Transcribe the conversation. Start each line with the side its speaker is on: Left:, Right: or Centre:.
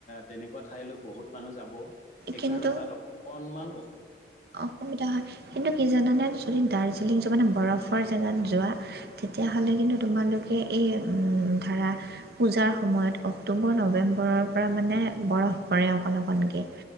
Left: তেনেকুৱা ঠাইলৈ বহুত মানুহ যাব। সেইকাৰণে
Right: কিন্তু
Left: তাত অকনমান।
Right: অসুবিধা হয় কিন্তু কি জানে। যদি দাৰ্জিলিং যোৱা মানে বৰফৰ জেগাত যোৱা তেতিয়াহ'লে কিন্তু তোমালোকে এই ধাৰা পূজাৰ সময়ত অক্টোবৰ নৱেম্বৰৰ পৰা মানে বৰফ পৰে অকণ অকণকৈ ত